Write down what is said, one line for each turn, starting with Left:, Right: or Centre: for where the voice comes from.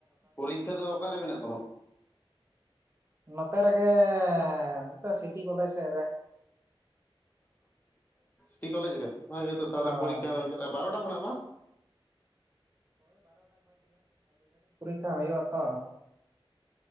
Left: ᱯᱚᱨᱤᱠᱠᱷᱟ ᱫᱚ ᱚᱠᱟᱨᱮ ᱢᱮᱱᱟᱜ ᱛᱟᱢᱟ
Right: ᱱᱚᱛᱮ ᱨᱮᱜᱮ ᱱᱚᱛ ᱥᱤᱴᱤ ᱠᱚᱞᱮᱡᱽ ᱥᱮᱫ ᱨᱮ
Left: ᱴᱤ ᱠᱚᱞᱮᱡ ᱨᱮ ᱵᱷ ᱜᱮ ᱛᱟᱦᱚᱞᱮ
Right: ᱦᱳᱭ᱾
Left: ᱯᱚᱨᱤᱠᱠᱷᱟᱟᱢ ᱮᱢ ᱪᱟᱞᱼᱟ ᱵᱟᱨᱚᱴᱟ ᱠᱷᱚᱱᱟᱜ ᱵᱟᱝ
Right: ᱠᱟ ᱦᱩᱭᱩᱜᱼᱟ ᱛᱚ